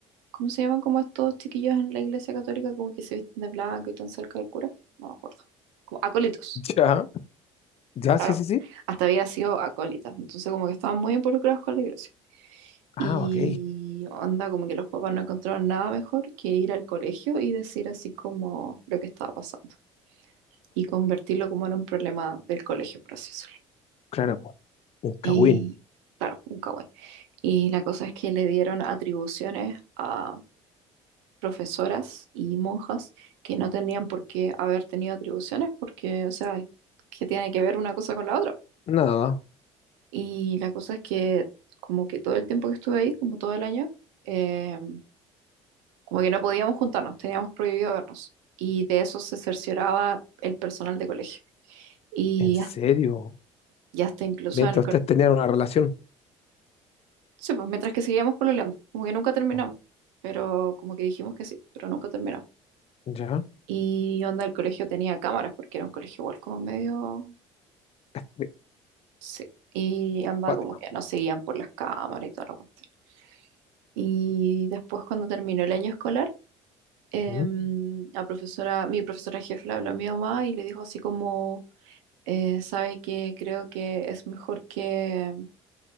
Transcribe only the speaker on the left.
ya. Ya,
sí, sí, sí.
Ah,
ok.
Claro, pues. un Cagüín.
Nada.
¿En serio?
Mientras
ustedes tenían una relación.
Oh,
¿Ya?
Qué
Cuático.
¿Mm?